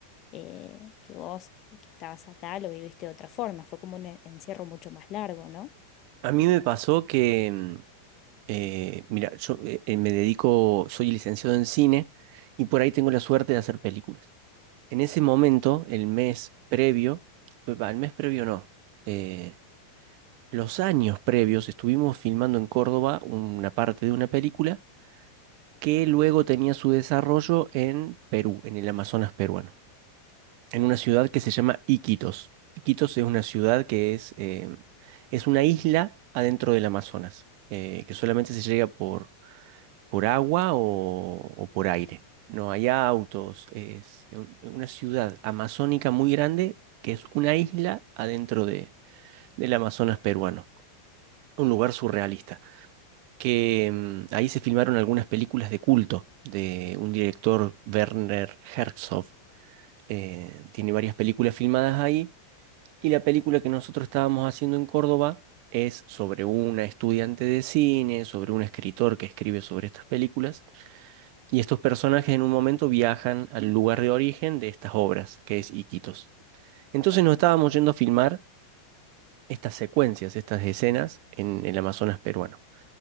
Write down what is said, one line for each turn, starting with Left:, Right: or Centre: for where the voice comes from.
Left: eh, que vos que, que estabas acá lo viviste de otra forma. Fue como un en- encierro mucho más largo, ¿no?
Right: A mí me pasó que, mm, eh, mira, yo eh, eh, me dedico, soy licenciado en cine y por ahí tengo la suerte de hacer películas. En ese momento, el mes previo, eh, va, el mes previo no, eh, los años previos estuvimos filmando en Córdoba una parte de una película que luego tenía su desarrollo en Perú, en el Amazonas peruano en una ciudad que se llama Iquitos. Iquitos es una ciudad que es, eh, es una isla adentro del Amazonas, eh, que solamente se llega por, por agua o, o por aire. No hay autos, es un- una ciudad amazónica muy grande que es una isla adentro de, del Amazonas peruano, un lugar surrealista, que mm, ahí se filmaron algunas películas de culto de un director, Werner Herzog. eh, tiene varias películas filmadas ahí y la película que nosotros estábamos haciendo en Córdoba es sobre una estudiante de cine, sobre un escritor que escribe sobre estas películas, y estos personajes en un momento viajan al lugar de origen de estas obras, que es Iquitos. Entonces nos estábamos yendo a filmar estas secuencias, estas escenas en el Amazonas peruano.